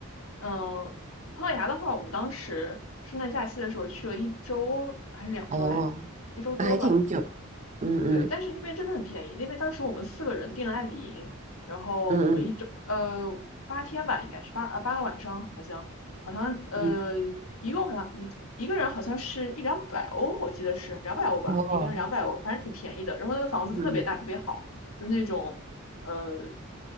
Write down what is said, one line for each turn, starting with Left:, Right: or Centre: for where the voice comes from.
Left: 嗯，葡萄牙的话，我们当时圣诞假期的时候去了一周还是两周来着，
Right: 哦，
Left: 一周多吧，
Right: 那还挺久。
Left: 好像。
Right: 嗯嗯
Left: 对，但是那边真的很便宜。那边当时我们四个人订了爱比营，然后我们一整呃八天吧，
Right: 嗯嗯
Left: 应该是八呃八个晚上，好像好像呃一共好像一个一个人好像是一两百欧，
Right: 嗯，
Left: 我记得是两百欧吧，
Right: 哦，
Left: 一个人两百欧，反正挺便宜的。然后那个房子特别大，
Right: 嗯嗯，
Left: 特别好，就是那种呃